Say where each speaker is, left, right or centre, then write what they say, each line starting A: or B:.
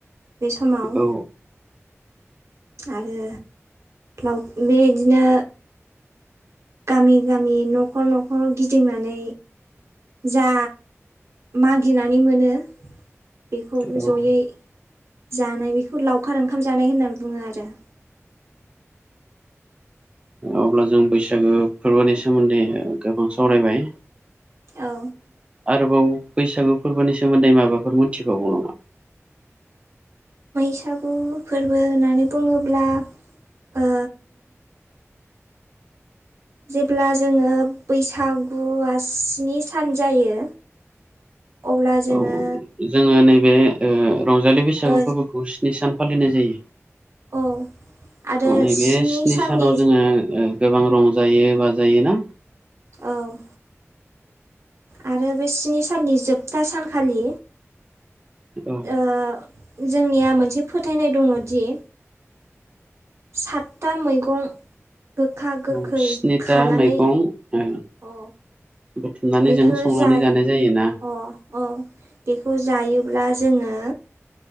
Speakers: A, on the right (about 65°); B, on the right (about 20°).
A: बे समाव
B: औ
A: आरो लाव बे बिदिनो गामि गामि न'खर न'खर गिदिंनानै जा मागिनानै मोनो बेखौ
B: औ
A: जयै जानाय बेखौ लावखार ओंखाम जानाय होननानै बुङो आरो <inaudible>
B: अब्ला जों बैसागो फोरबोनि सोमोन्दै गोबां सावरायबाय।
A: औ
B: आरोबाव बैसागु फोरबोनि सोमोन्दै माबाफोर मोनथिबावगौ नामा?
A: बैसागु फोरबो होननानै बुङोब्ला ओ जेब्ला जोङो बैसागुआ स्नि सान जायो अब्ला जोङो
B: औ जोङो नैबे ओ रंजालि बैसागु
A: ओ
B: फोरबोखौ स्नि सान फालिनाय जायो
A: औ आरो
B: नैबे स्नि
A: साननि
B: सानाव जोङो गोबां रंजायो बाजायो ना
A: औ आरो बे स्नि साननि जोबथा सानखालि
B: औ
A: ओ जोंनिया मोनसे फोथायनाय दङदि सातथा मैगं गोखा गोखै
B: औ स्निथा
A: खानानै
B: मैगं ओ
A: औ
B: बुथुमनानै
A: बेखो
B: जों संनानै
A: जाय
B: जानाय जायोना
A: अ अ बेखौ जायोब्ला जोङो